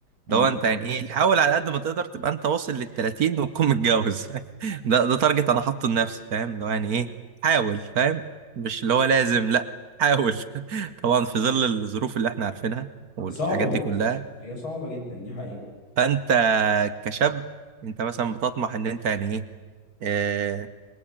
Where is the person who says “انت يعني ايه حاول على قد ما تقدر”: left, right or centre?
Right